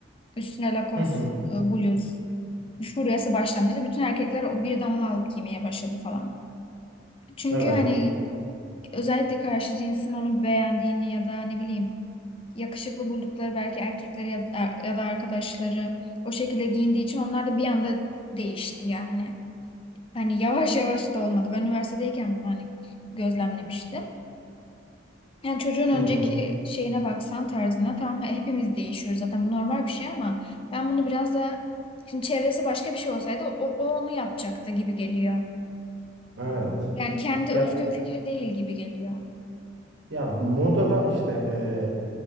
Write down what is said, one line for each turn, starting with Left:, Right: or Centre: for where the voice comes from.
Left: Üstüne lakos,
Right: hı hı,
Left: e, bluz. Furyası başlamıştı. Bütün erkekler o- birden onu alıp giymeye başladı falan. Çünkü
Right: evet
Left: hani özellikle karşı cinsin onu beğendiğini ya da ne bileyim yakışıklı buldukları belki erkekleri ya, er, ya da arkadaşları o şekilde giyindiği için onlar da bir anda değişti yani. Hani yavaş yavaş da olmadı. Ben üniversitedeyken bunu hani gözlemlemiştim. Yani çocuğun önceki
Right: hı hı,
Left: şeyine baksan tarzına tamam hepimiz değişiyoruz zaten bu normal bir şey ama ben bunu biraz da şimdi çevresi başka bir şey olsaydı o, o onu yapacaktı gibi geliyor.
Right: evet
Left: Yani kendi
Right: ya
Left: özgün fikri değil gibi geliyor.
Right: ya moda işte eee,